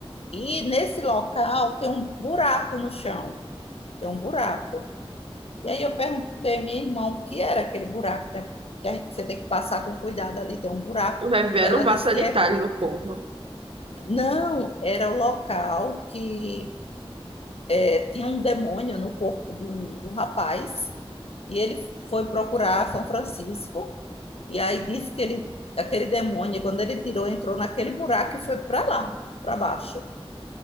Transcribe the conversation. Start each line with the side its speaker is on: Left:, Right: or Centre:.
Left: e nesse local tem um buraco no chão, tem um buraco. E aí eu perguntei à minha irmã o que era aquele buraco, né? Que a gente- você tem que passar com cuidado ali, tem um buraco.
Right: Vai ver
Left: Ela
Right: o
Left: disse
Right: vaso sanitário
Left: que é,
Right: do povo.
Left: não, era o local que é, tinha um demônio no corpo de um, de um rapaz e ele foi procurar São Francisco e aí disse que ele, aquele demônio, quando ele tirou, entrou naquele buraco e foi para lá, para baixo.